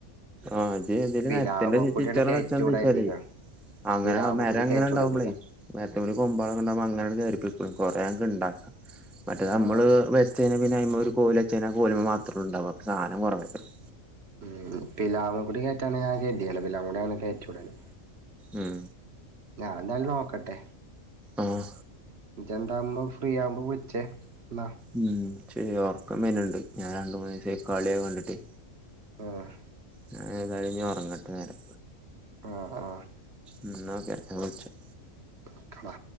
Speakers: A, in the centre; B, on the right (about 55°).
A: ആഹ് ഇജേതേലും
B: പിലാമക്കുട്ടിയാണ്
A: മരത്തിന്റെ ചു ചുറ്റോറം
B: കയറ്റൂടായിരിക്ക
A: വെച്ചാ മതിയെച്ചാല് അങ്ങനെ
B: പിലാമക്കുട്ടി
A: മരങ്ങനെണ്ടാവുമ്പളെയ്
B: കയറ്റൂടായിരിക്ക
A: മാരത്ത്മ്മല് കൊമ്പോളൊക്കെണ്ടാവുമ്പൊ അങ്ങനാണ്ട് കയറിപ്പൊയ്ക്കോളും കുറേ അൻക്ക്ണ്ടാക്ക മറ്റേതമ്മള്
B: ആഹ്
A: വെച്ചെയ്‌ന പിന്നയ്മെ ഒര് കോല് വെച്ചയ്ഞാ കോല്‌മ്മെ മാത്രൊള്ളുണ്ടാവ അപ്പൊ സാനം കൊറവയ്ക്കാരം.
B: ഉം പിലാവ്മക്കൂടി കേറ്റാണ് ഞൻ കര്തീണ് പിലാവ്മ്മക്കൂടങ്ങനെ കയറ്റി വിടാന്
A: ഉം
B: ഞാനെന്തായാലും നോക്കട്ടെ
A: ആഹ്
B: ഇജെന്താന്ന് ഫ്രീ ആവുമ്പെ വിൾച്ചെ ഇന്നാ
A: ഉം ശര്യാ ഒർക്കം വര്ന്ണ്ട് ഞാൻ രണ്ട് മൂന്നീസായി കളിയൊക്കെ കണ്ടിട്ടെ
B: ആഹ്
A: ഞാനേതായാലുഞ്ഞ് ഒർങ്ങട്ടെ നേരെ
B: ആഹ് ആഹ്
A: ഇന്നാ ഓക്കെ ഞാൻ വിൾച്ച
B: ഓക്കെടാ